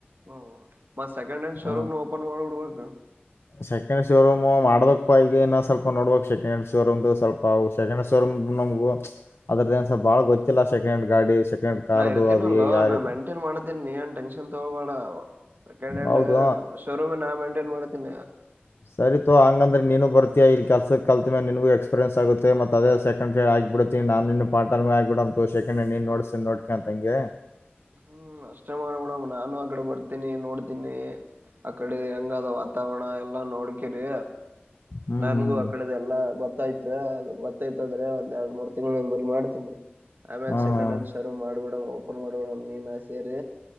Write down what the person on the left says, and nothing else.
ಹ
ಸೆಕೆಂಡ್ ಶೋರೂಮ್ ಮಾಡದಕ್ ಪಗಏ ಸ್ವಲ್ ನೋಬಬೇಕು ಸಕೆಂಡ್ಂಡ್ ಶೋರೂಮ್ ಸ್ವಲ್ಪ ಸೆಕೆಂಡ್ ಶೋರೂಮ್ ನಮಗು ಅದನ್ ಬಹಳ ಗೊತ್ತಿಲ್ಲ ಸೆಕಂಡ್್ಯಾಂಡ್ ಗಾಡಿ ಹ್ಯಾಂಡ್ ಕಾರ್ದು
ಅದು ಏ- ಯಾವ
ರೀತಿ
ಹೌದು
ಸರಿತು ಹಂಗಂದೆ ನೀನು ಬರ್ತೀಯ ಇಲ್ಲಿಲ್ಸಕ್ಕೆಲ್ ಮೇೆ ನಿನಗೂ ಎಕ್ಪೀರಿನ್ಸ್ ಆುತ್ತೆ ಮತ್ತು ಅದ ಸೆಕೆ್ ಹೇ ಆಗಿಬಿಡ್ತೀನಿ ನು ನಿನು ಪಾರ್ಟ್ ರ್ಮ್ ಆಗಿಬಿಡಂತು ಸಕೆಂಡ್ ಹ್ಯಾಂಡ್ ನೀನುೋಡ್ತೀಿ ನೋಡ್ಕೊ ಅಂತಂಗೆ
ಹ್ಞೂ
ಹ್ಞೂ
ಹಾಂ